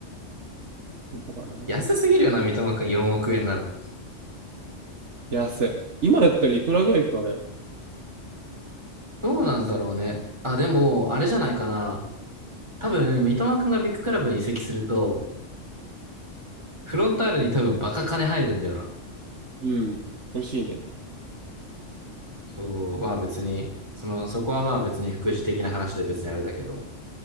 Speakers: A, on the right (about 65°); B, on the right (about 20°).
A: 見たかな。
B: 安すぎるよな、三笘くん4億円なの。
A: 安い。今やったらいくらぐらいかね。
B: どうなんだろうね。
A: いつ
B: あ、でも、あれじゃないかな。多分、三笘くんがビッグクラブに移籍すると、フロンターレに多分バカ金入るんだよな。
A: うん。美味しいね。
B: そう、まあ別に、その、そこはまあ別に副次的な話で別にあれだけど。